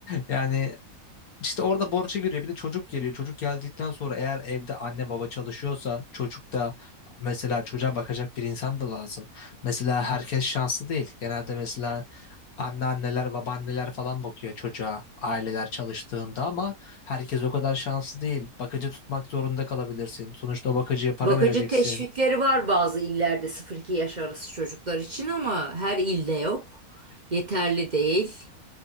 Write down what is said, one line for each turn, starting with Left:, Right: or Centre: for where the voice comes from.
Left: Yani işte orada borca giriyor bir de çocuk geliyor. Çocuk geldikten sonra eğer evde anne baba çalışıyorsa çocuk da mesela çocuğa bakacak bir insan da lazım. Mesela herkes şanslı değil. Genelde mesela Anneanneler, babaanneler falan bakıyor çocuğa aileler çalıştığında ama herkes o kadar şanslı değil. Bakıcı tutmak zorunda kalabilirsin. Sonuçta o bakıcıya para
Right: Bakıcı
Left: vereceksin.
Right: teşvikleri var bazı illerde sıfır 2 yaş arası çocuklar için ama her ilde yok. Yeterli değil.